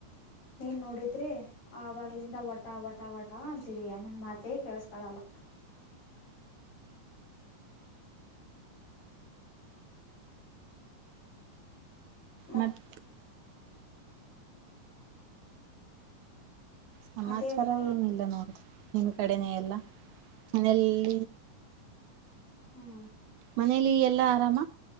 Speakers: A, on the left; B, on the right.
A: ನೀನ್ ನೋಡಿದ್ರಿ ಆವಾಗ್ಲಿಂದ ಒಟ್ಟ ಟ ಒಟ ವಟ ಅಂತಿದಯ ನನ್ ಮಾತೇ ಕೇಳಸ್ಕಳಲ್ಲ ಮತ್ತ
B: ಮತ್ ಸಮಾಚಾರ
A: ಅದೇ ಅಮ್ಮ
B: ಏನಿಲ್ಲ ನೋಡ್ರಿ ನಿನ್ ಕಡೆನೇ ಎಲ್ಲ ಮನೆಯಲ್ಲಿ
A: ಹ್ಮ್
B: ಮನೇಲಿ ಎಲ್ಲಾ ಆರಾಮ